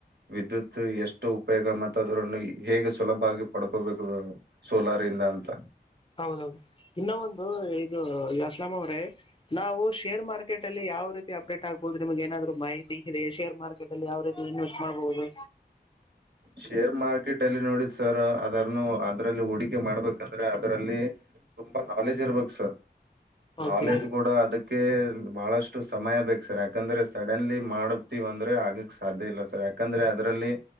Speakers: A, on the right (about 85°); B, on the left (about 30°).
A: ವಿದ್ಯುತ್ ಎಷ್ಟು ಉಪಯೋಗ ಮತ್ತ ಅದ್ರನ್ನು ಹೇಗೆ ಸುಲಭಗ ಪಡ್ಕೋಬೇಕು ಸೋಲಾರಿಂದ ಅಂತ.
B: ಹೌದೌದು ಇನ್ನ ಒಂದು ಇದು ಅಸ್ಲಂ ಅವ್ರೇ ನಾವು ಶೇರ್ ಮಾರ್ಕೆಟ್ ಅಲ್ಲಿ ಯಾವ ರೀತಿ ಅಪ್ಡೇಟ್ ಆಗ್ಬಹುದು ನಿಮ್ಗೆ ಏನಾದರು ಮಾಹಿತಿ ಇದೆ ಶೇರ್ ಮಾರ್ಕೆಟ್ ಅಲ್ಲಿ ಯಾವ ರೀತಿ ಇನ್ವೆಸ್ಟ್ ಮಾಡ್ಬಹುದು.
A: ಶೇರ್ ಮಾರ್ಕೆಟ್ ಅಲ್ಲಿ ನೋಡಿ ಸರ್ ಅದನ್ನು ಅದರಲ್ಲಿ ಹೂಡಿಕೆ ಮಾಡ್ಬೇಕಂದ್ರೆ ಅದರಲ್ಲಿ ತುಂಬಾ ನಾಲೆಜ್ ಇರ್ಬೇಕು ಸರ್.
B: ಓಕೆ
A: ನಾಲೆಜ್ ಕೂಡ ಅದಕ್ಕೆ ಬಹಳಷ್ಟು ಸಮಯ ಬೇಕು ಸರ್ ಯಾಕಂದ್ರೆ ಸಡನ್ಲಿ ಮಾಡತಿವ ಅಂದ್ರೆ ಆಗಕ್ ಸಾಧ್ಯ ಇಲ್ಲ ಸರ್, ಯಾಕಂದ್ರೆ ಅದರಲ್ಲಿ